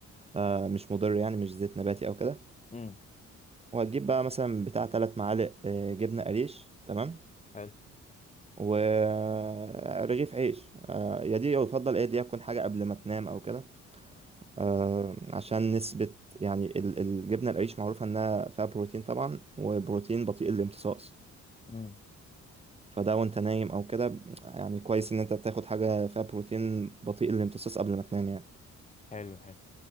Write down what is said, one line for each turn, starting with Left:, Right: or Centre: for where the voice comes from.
Right: آه مش مضر يعني مش زيت نباتي أو كده
Left: مم.
Right: وهتجيب بقى مثلا بتاع تلات معالق آه جبنة قريش تمام
Left: حلو
Right: ورغيف عيش آه يا دي يفضل إيه دي تكون حاجة قبل ما تنام أو كده آه عشان نسبة يعني ال- الجبنة القريش معروفة إنها فيها بروتين طبعا وبروتين بطيء الامتصاص
Left: مم.
Right: فده وانت نايم او كده يعني كويس ان انت تاخد حاجة فيها بروتين بطيء الامتصاص قبل ما تنام يعني
Left: حلو حلو